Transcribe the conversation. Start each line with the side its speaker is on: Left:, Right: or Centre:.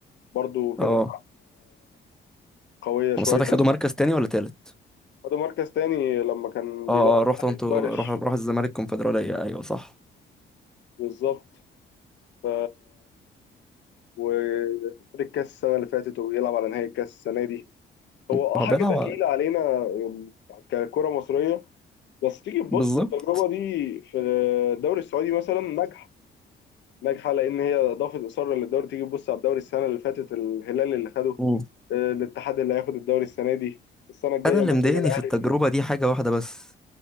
Left: برضه كانت
Centre: اه
Left: قويه شويه
Centre: هم ساعتها خدوا مركز تاني ولا تالت
Left: خدوا مركز تاني لما كان
Centre: اه
Left: بيدرب الاهلي
Centre: اه رحت انتوا
Left: في ورش
Centre: روح روح الزمالك الكونفدرالية ايوه صح
Left: بالظبط ف وخد الكاس السنه اللي فاتت وبيلعب على نهائي الكاس السنه دي هو
Centre: طب
Left: اه حاجه
Centre: انا
Left: دخيله علينا ككره مصريه بس تيجي تبص
Centre: بالظبط
Left: التجربه دي في الدوري السعودي مثلا ناجحه ناجحه لان هي اضافت اصرار للدوري تيجي تبص على الدوري السنه اللي فاتت الهلال اللي خده
Centre: مم.
Left: آه، الاتحاد اللي هياخد الدوري السنه دي السنه الجايه
Centre: انا اللي
Left: ممكن
Centre: مضايقني
Left: الاهلي
Centre: في التجربة دي حاجة واحدة بس